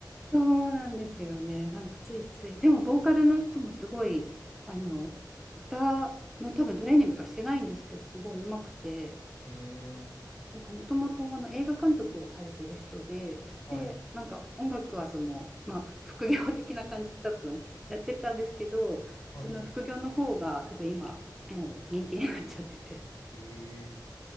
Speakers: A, in the centre; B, on the left.
A: そうなんですよね。なんかついつい。でも、ボーカルの人もすごい、あの、歌の多分トレーニングとかしてないんですけど、すごい上手くて、
B: へえ、
A: なんかもともとあの映画監督をされてる人で、
B: はい、
A: で、なんか音楽はその、まあ、副業的な感じで多分やってたんですけど、
B: はい。
A: その副業の方が多分今、もう人気になっちゃってて
B: へえ、